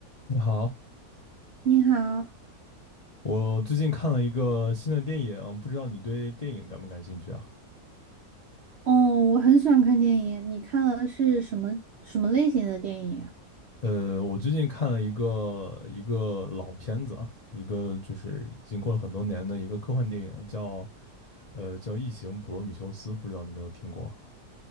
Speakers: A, on the left; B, on the right.
A: 你好，
B: 你好，
A: 我最近看了一个新的电影，不知道你对电影感不感兴趣啊？
B: 哦，我很喜欢看电影。你看了是什么什么类型的电影啊？
A: 呃，我最近看了一个一个老片子啊，一个就是已经过了很多年的一个科幻电影，叫呃叫《异形：普罗米修斯》，不知道你有没有听过？